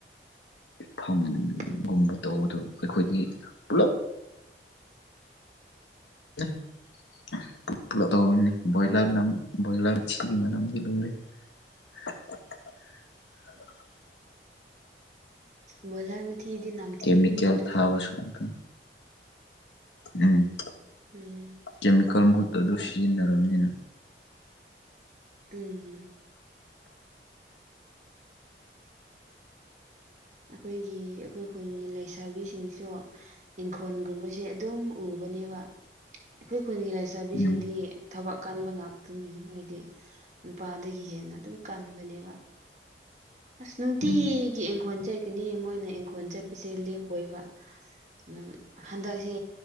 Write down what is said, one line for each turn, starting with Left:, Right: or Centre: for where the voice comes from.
Left: ꯐꯝꯒꯨꯝꯕ
Right: ꯎꯝ
Left: ꯇꯧꯕꯗꯨ ꯑꯩꯈꯣꯏꯗꯤ ꯄꯨꯂꯞ ꯍ <unintelligible> ꯄꯨꯂꯞ ꯇꯔꯤꯅꯤ ꯕꯣꯏꯂꯔꯅ ꯕꯣꯏꯂꯔ ꯁꯤꯕꯅꯝꯗꯤ ꯂꯣꯏꯔꯦ <unintelligible>
Right: ꯕꯣꯏꯂꯔ ꯃꯊꯤꯗꯤ ꯅꯝꯊꯤꯕꯅꯦ
Left: ꯀꯦꯃꯤꯀꯦꯜ
Right: ꯑꯗꯨꯁꯨ
Left: ꯊꯥꯕꯁꯨ ꯑꯝꯇ ꯎꯝ
Right: ꯎꯝ <unintelligible>
Left: ꯀꯦꯃꯤꯀꯦꯜ ꯃꯍꯨꯠꯇ ꯑꯗꯨ ꯁꯤꯖꯤꯟꯅꯔꯕꯅꯤꯅ
Right: ꯎꯝ ꯑꯩꯈꯣꯏꯒꯤ ꯑꯩꯈꯣꯏ ꯈꯨꯟꯒꯤ ꯂꯩꯁꯥꯕꯤꯁꯤꯡꯁꯨ ꯏꯪꯈꯣꯜꯒꯨꯝꯕꯁꯦ ꯑꯗꯨꯝ ꯎꯕꯅꯦꯕ ꯑꯩꯈꯣꯏ ꯈꯨꯟꯒꯤ ꯂꯩꯥꯏꯁꯥꯕꯤꯁꯤꯡꯗꯤ
Left: ꯎꯝ
Right: ꯊꯕꯛ ꯀꯟꯕ ꯉꯥꯛꯇꯅꯤ ꯃꯣꯏꯗꯤ ꯅꯨꯄꯥꯗꯒꯤ ꯍꯦꯟꯅ ꯑꯗꯨꯝ ꯀꯟꯕꯅꯦꯕ ꯑꯁ ꯅꯨꯡꯇꯤꯒꯤ
Left: ꯎꯝ
Right: ꯏꯡꯈꯣꯟꯜ ꯆꯠꯀꯅꯤ ꯃꯣꯏꯅ ꯏꯪꯈꯣꯜ ꯆꯠꯄꯁꯦ ꯂꯦꯞꯄꯣꯏꯕ ꯑꯗꯨꯝ ꯍꯟꯗꯛꯁꯦ